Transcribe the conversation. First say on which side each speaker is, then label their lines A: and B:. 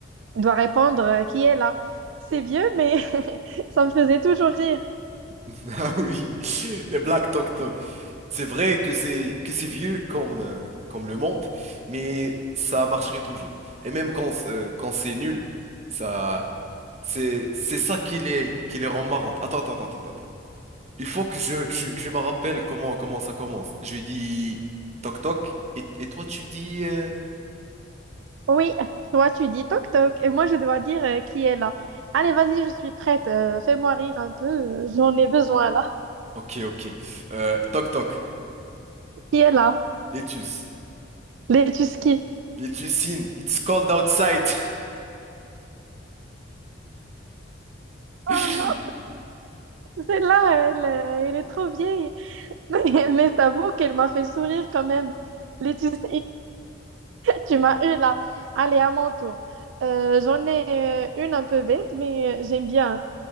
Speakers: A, on the right; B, on the right.
A: doit répondre euh, qui est là. C'est vieux, mais <laughs> ça me faisait toujours rire.
B: <laughs> Ah oui, les Black Tok Tok. C'est vrai que c'est que c'est vieux comme euh, comme le monde, mais ça marcherait toujours. Et même quand euh, quand c'est nul, ça c'est c'est ça qui les qui les rend marrantes. Attends attends attends attends attends. Il faut que je que je, que je me rappelle comment comment ça commence. Je dis toc toc et, et toi tu dis euh,
A: Oui, toi tu dis toc toc et moi je dois dire euh, qui est là. Allez, vas-y, je suis prête. euh, fais-moi rire un peu, euh, j'en ai besoin là.
B: ok ok euh, toc toc
A: Qui est là?
B: Letus
A: Les Tuskis.
B: Letusine it's cold outside.
A: Oh
B: <laughs>
A: non, celle-là, elle, euh, elle est trop vieille. <laughs> Mais, mais je t'avoue qu'elle m'a fait sourire quand même. Les Tuskis. Tu m'as eu là. Allez, à mon tour. Euh, j'en ai euh, une un peu bête, mais euh, j'aime bien.